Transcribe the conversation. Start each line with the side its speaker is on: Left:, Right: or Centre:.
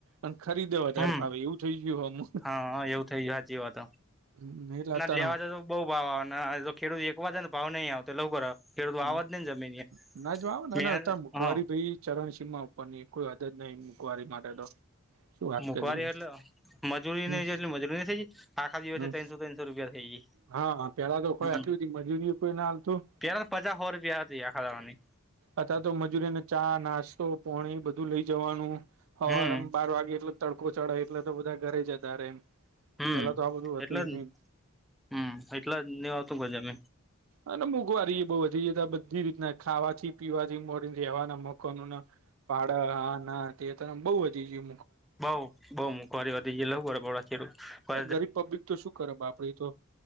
Right: અને ખરીદે વધારે
Centre: હમ
Right: ભાવે એવું થઈ ગયું અમુ
Centre: હા એવું થઈ ગયું સાચી વાત
Right: હમ્મ ઍલે અતારે
Centre: <unintelligible> તો બઉુ ભાવ આવે ને તો ખેડૂત વેચવાજા ને ભાવ નહીં આવતો તો એવું કરે ખેડૂત વાવ
Right: હમ્મ
Centre: જ નઈ ને જમીન
Right: ના જ અત
Centre: મહેનત
Right: મોઘવારી
Centre: હ
Right: ભાઈ ચરણસીમા ઉપરની કોઈ હદ જ નહી ઇકવારી માટે તો શું વાત
Centre: મુઘવારી
Right: કરીએ
Centre: એટલે મજૂર
Right: હમ
Centre: ને એટલી મજૂરી ન થઈ જ આખા દિવસે
Right: હમ
Centre: ત્રણસો ત્રણસો રૂપિયા થઈ ગઈ
Right: હા પેલા તો કોઈ
Centre: હ
Right: આટલી બધી મજૂરી કોઈ ના હાલતું
Centre: પેલા તો પચા હો રૂપિયા હતી આખા દાળા ની
Right: અતાર મજૂરીની ચા નાસ્તો પોણી બધું લઈ જવાનું હવારમા
Centre: હમ
Right: બાર વાગે એટલે તડકો ચડે એટલે તો બધા ઘરે જતા રે
Centre: હમ્મ
Right: પેલા તો આ બધું
Centre: એટલે
Right: હતું
Centre: જ
Right: નહી
Centre: હમ્મ એટલે જ નહી આવતું ગજમ
Right: અને મોઘવારી એ બઉ વધી જતા બધી રીતના ખાવાથી પીવાથી મોડીને રહેવાના લોકો પાડા હા ના તે બહુ વધી ગયુ
Centre: બઉ બઉ મોંઘવારી વધી ગઈ એટલે <unintelligible>
Right: ગરીબ પબ્લિક તો શું કરે આપડી તો